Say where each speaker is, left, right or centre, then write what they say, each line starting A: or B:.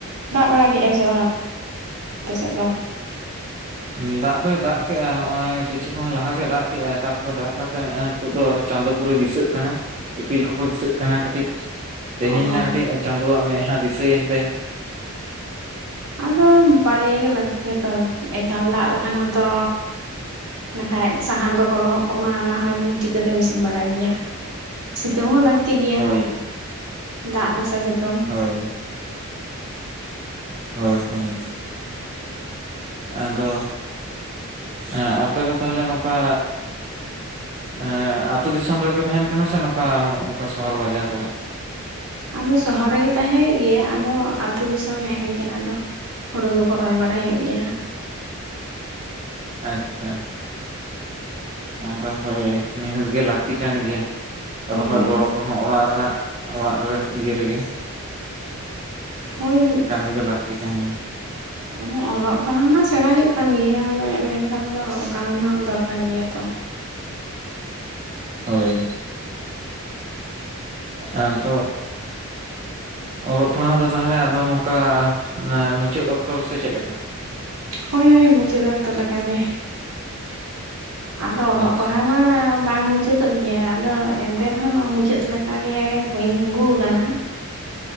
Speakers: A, on the right; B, on the right.
A: ᱫᱟᱜ ᱵᱟᱲᱟ ᱠᱮᱜ-ᱟᱭ ᱥᱮ ᱵᱟᱝ ᱟᱯ ᱼᱯᱮ ᱥᱮᱜ ᱫᱚ?
B: ᱩᱸ ᱫᱟᱜ ᱫᱚᱭ ᱫᱟᱜ ᱠᱮᱜ-ᱟ ᱦᱚᱸᱜ-ᱚᱭ ᱠᱤᱪᱷᱩ ᱠᱷᱚᱱ ᱞᱟᱦᱟᱭ ᱜᱮᱭ ᱫᱟᱜ ᱠᱮᱜ-ᱟᱭ ᱛᱟᱯᱚᱨᱮ ᱫᱟᱜ ᱠᱟᱛᱮᱜ ᱦᱚᱸᱜ-ᱚᱭᱼᱼ ᱱᱤᱛᱚᱜ ᱫᱚ ᱪᱟᱸᱫᱳ ᱯᱩᱨᱟᱹᱭ ᱫᱤᱥᱟᱹᱜ ᱠᱟᱱᱟ ᱤᱯᱤᱞ ᱠᱚᱠᱚ ᱫᱤᱥᱟᱹᱜ ᱠᱟᱱᱟ ᱠᱟᱹᱴᱤᱡ᱾ ᱛᱮᱦᱮᱧ
A: ᱚ
B: ᱱᱟᱦ ᱠᱟᱹᱴᱤᱡ ᱮ ᱪᱟᱸᱫᱳ ᱣᱟᱜ ᱢᱮᱫ ᱦᱟᱸ ᱫᱤᱥᱟᱹ ᱭᱮᱱ ᱛᱟᱭᱟ᱾
A: ᱟᱫᱚ ᱵᱟᱨᱭᱟ ᱜᱮ ᱞᱟᱹᱠᱛᱤ ᱭᱟ ᱛᱚ ᱮᱠᱟᱞ ᱫᱟᱜ ᱞᱮᱠᱷᱟᱱ ᱦᱚᱸ ᱛᱚᱼᱼ ᱱᱟᱠᱷᱟᱡ ᱥᱟᱦᱟᱱ ᱠᱚᱠᱚ ᱞᱚᱦᱚᱫ ᱠᱚᱜ ᱢᱟ ᱚᱱᱟ ᱦᱚᱸ ᱩᱸ ᱪᱤᱠᱟᱹ ᱛᱮᱢ ᱤᱥᱤᱱ ᱵᱟᱲᱟᱭ ᱭᱟ᱾ ᱥᱤᱛᱩᱝ ᱦᱚᱸ ᱞᱟᱠᱛᱤ ᱜᱮᱭᱟ
B: ᱦᱳᱭ
A: ᱫᱟᱜ ᱢᱮᱥᱟ ᱥᱤᱛᱩᱢ᱾
B: ᱦᱳᱭ᱾ ᱦᱳᱭ ᱦᱳᱭ᱾ ᱟᱫᱚ ᱮᱸᱜ ᱟᱯᱮ ᱫᱚ ᱛᱟᱦᱚᱞᱮ ᱱᱚᱠᱟᱼᱼ ᱮᱸ ᱟᱛᱩ ᱫᱤᱥᱚᱢ ᱨᱮᱯᱮ ᱛᱟᱦᱮᱱ ᱠᱟᱱᱟ ᱥᱮ ᱱᱚᱝᱠᱟ ᱚ ᱚᱝᱠᱟ ᱥᱚᱦᱚᱨ ᱵᱟᱡᱟᱨ ᱠᱚᱨᱮ?
A: ᱟᱫᱚ ᱥᱚᱦᱚᱨ ᱨᱮᱜᱮ ᱛᱟᱦᱮᱸ ᱦᱳᱭᱳᱜ ᱜᱮᱭᱟ ᱟᱫᱚ ᱟᱛᱩ ᱫᱤᱥᱚᱢ ᱦᱮᱡ ᱦᱩᱭ ᱠᱟᱱᱟ ᱟᱫᱚ᱾ ᱦᱩᱲᱩ ᱠᱚ ᱠᱚ ᱨᱚᱦᱚᱭ ᱵᱟᱲᱟᱭ ᱦᱩᱭᱩᱜ ᱜᱮᱭᱟ ᱦᱟᱸᱜ᱾
B: ᱟᱪᱷᱟ᱾ ᱟᱸᱫᱚ ᱦᱳᱭ ᱱᱤᱦᱟᱹᱛ ᱜᱮ ᱞᱟᱠᱛᱤ ᱠᱟᱱ ᱜᱮᱭᱟ
A: ᱦᱳᱭ
B: ᱨᱚᱦᱚᱭ ᱜᱚᱲᱚ᱾ ᱠᱚ ᱦᱚᱸ ᱚᱲᱟᱜ ᱨᱮᱱᱟᱜ ᱚᱲᱟᱜ ᱨᱮ ᱤᱭᱟᱹ ᱨᱮᱜᱮ᱾
A: ᱦᱳᱭ
B: ᱠᱟᱹᱢᱤ ᱫᱚ ᱞᱟᱞᱛᱤ ᱠᱟ ᱜᱮᱭᱟ᱾
A: ᱚ ᱦᱚᱸ ᱚᱞᱚᱜ ᱯᱟᱲᱦᱟᱣ ᱢᱟ ᱥᱮᱬᱟ ᱦᱩᱭᱩᱜ ᱠᱟᱱ ᱜᱮᱭᱟ ᱟᱫᱚ ᱢᱮᱱᱠᱷᱟᱱ ᱫᱚ ᱠᱟᱢᱤ ᱦᱚᱸ ᱫᱚᱨᱠᱟᱨ ᱜᱮᱭᱟ ᱛᱚ᱾
B: ᱦᱳᱭ᱾ ᱟᱫᱚᱜᱼᱼ ᱚᱞᱚᱜ ᱯᱟᱲᱦᱟᱣ ᱫᱚ ᱛᱟᱦᱚᱞᱮ ᱟᱫᱚ ᱱᱚᱝᱠᱟ ᱱᱮ ᱢᱩᱪᱟᱹᱫ ᱚᱠᱛᱚ ᱨᱮᱥᱮ ᱪᱮᱜ ᱞᱮᱠᱟ?
A: ᱦᱳᱭ ᱦᱳᱭ ᱢᱩᱪᱟᱹᱫ ᱚᱠᱛᱚ ᱞᱮᱠᱟᱜᱮ- ᱟᱫᱚ ᱚᱞᱚᱜ
B: ᱟᱪᱪᱷᱟ
A: ᱯᱟᱲᱦᱟᱣ ᱢᱟ ᱵᱟᱝ ᱵᱩᱡ- ᱢᱩᱪᱟᱹᱫᱚᱜ ᱜᱮᱭᱟ ᱟᱫᱚ ᱮᱱᱛᱮ ᱨᱮᱦᱚᱸ ᱢᱩᱪᱟᱹᱫ ᱞᱮᱠᱟᱜᱮ ᱦᱳᱭ ᱟᱹᱜᱩ ᱠᱟᱱᱟ-